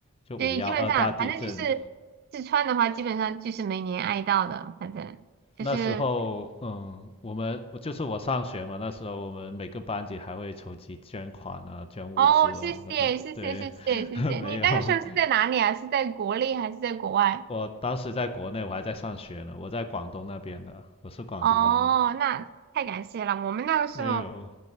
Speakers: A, on the left (about 25°); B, on the right (about 45°).
A: 就五幺二大地震。
B: 对，基本上反正就是四川的话，基本上就是每年爱到的，反正就是
A: 那时候，嗯，我们我就是我上学嘛，那时候我们每个班级还会筹集捐款啊，捐物资啊。
B: 哦，谢谢谢谢谢谢谢谢，
A: 那当时对，<laughs> 没有，
B: 你那个时候是在哪里啊？是在国内还是在国外？
A: 我当时在国内，我还在上学呢，我在广东那边的，我是广东人。
B: 哦，那太感谢了，我们那个时候
A: 没有，